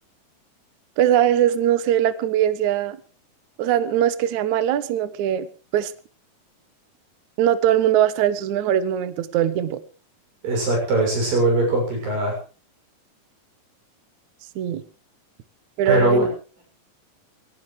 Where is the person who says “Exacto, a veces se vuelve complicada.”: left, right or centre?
Right